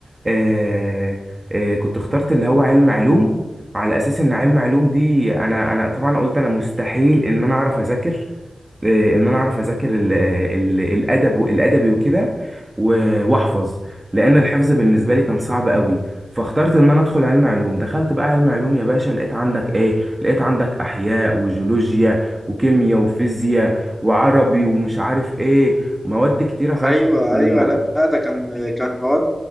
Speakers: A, on the right; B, in the centre.
A: آه، آه، كنت اخترت اللي هو علم علوم على أساس إن علم علوم دي أنا أنا طبعا قلت أنا مستحيل إن أنا أعرف أذاكر آه، ان انا اعرف اذاكر ال ال الادب والادبي وكده و- واحفظ لان الحفظ بالنسبه لي كان صعب قوي فاخترت ان انا ادخل علم علوم دخلت بقى علم علوم يا باشا لقيت عندك ايه لقيت عندك احياء وجيولوجيا وكيمياء وفيزياء وعربي ومش عارف ايه مواد كتيره فشخ
B: ايوه
A: فال-
B: ايوه لا ده كان كان مواد